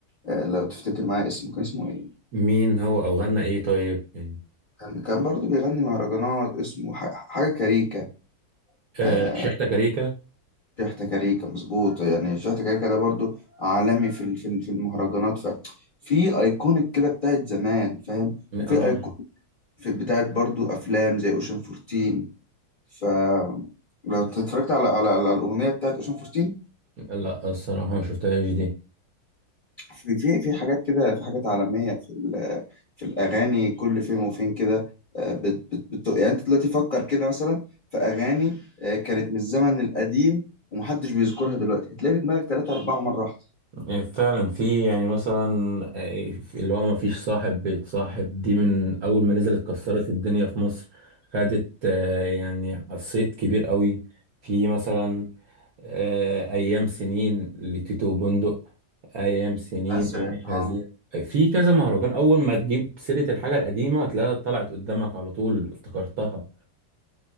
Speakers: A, on the left; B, on the right.
A: آه، لو تفتكر معايا اسمه كان اسمه ايه
B: مين هو او غنى ايه طيب يعني
A: كان كان برضه بيغني مهرجانات اسمه ح- حاجة كاريكا آه
B: آه شحتة كاريكا
A: شحتة كاريكا مظبوط يعني شحتة كاريكا ده برضه عالمي في ال- في ال- في المهرجانات ففي ايكونيك كده بتاعت زمان فاهم
B: اه
A: وفي ايكونيك في بتاعت برضه افلام زي اوشن 14 ف لو اتفرجت على على على الاغنية بتاعت اوشن 14
B: لا الصراحه ما شفتهاش دي
A: في في في حاجات كده في حاجات عالمية في ال- في الأغاني كل فين وفين كده آه، بت بت بت يعني أنت دلوقتي فكر كده مثلا في أغاني آه، كانت من الزمن القديم ومحدش بيذكرها دلوقتي هتلاقي في دماغك تلاتة أربعة مرة واحدة
B: آه، فعلا في يعني مثلا آه، في- اللي هو ما فيش صاحب بيتصاحب دي من اول ما نزلت كسرت الدنيا في مصر خدت آه، يعني صيت كبير قوي في مثلا آه، ايام سنين لتيتو بندق ايام سنين
A: مثلا
B: عايش هزير
A: آه.
B: في كذا مهرجان اول ما تجيب سيره الحاجه القديمه تلاقيها طلعت قدامك على طول افتكرتها